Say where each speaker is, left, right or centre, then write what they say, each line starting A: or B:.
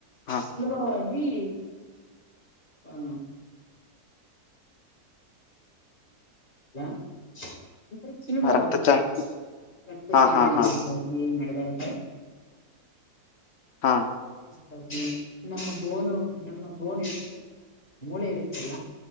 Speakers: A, on the left (about 55°); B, on the left (about 30°).
A: ಹಾ
B: ಸುಲಭವಾಗಿ ಹಾ <inaudible> <unintelligible> ಸುಲಭವಾಗುತ್ತೆ
A: ರಕ್ತ ಚನ್
B: ರಕ್ತ
A: ಹಾ
B: ಚಲನೆ
A: ಹಾ
B: ಆಗ
A: ಹಾ
B: ಇಲ್ಲಿ ನಡೆದ <unintelligible>
A: ಹಾ
B: ಹ ನಮ್ಮ ಬೋನು ನಮ್ಮ ಬೋನ್ ಇರುತ್ತಲ ಮೂಳೆ ಇರುತ್ತಲ್ಲ